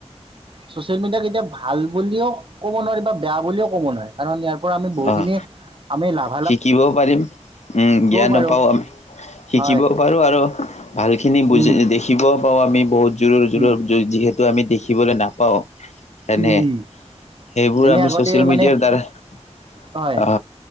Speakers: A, on the right (about 50°); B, on the left (about 90°).
A: চচিয়েল মিডিয়াক এতিয়া ভাল বুলিও ক'ব নোৱাৰি বা বেয়া বুলিও ক'ব নোৱাৰে কাৰণ ইয়াৰ পৰা আমি বহুখিনি
B: অ',
A: আমি লাভ
B: শিকিবও পাৰিম উম জ্ঞান
A: পাৰোঁ
B: ও পাও আমি শিকিবও
A: হয়
B: পাৰো আৰু ভালখিনি বুজি
A: উম
B: দেখিব পাওঁ আমি বহুত জোৰৰ জোৰ
A: উম
B: যিহেতু আমি দেখিবলৈ নাপাওঁ এনেই
A: উম উম
B: সেইবোৰ
A: যেনে
B: আমি
A: আগতে
B: চচিয়েল
A: মানে
B: মিডিয়াৰ দ্বাৰা
A: হয়
B: অ